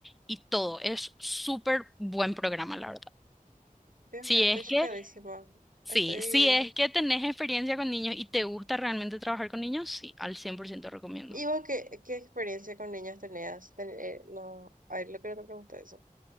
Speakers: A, in the centre; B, on the right.
A: y todo. Es súper buen programa, la verdad.
B: Dios
A: Si
B: mío,
A: es
B: estoy chocadísima.
A: que, sí,
B: Estoy.
A: si es que tenés experiencia con niños y te gusta realmente trabajar con niños, sí, al 100% recomiendo.
B: ¿Y vos qué, qué experiencia con niños tenías? Ten- eh, no, a ver, lo que no te pregunté eso.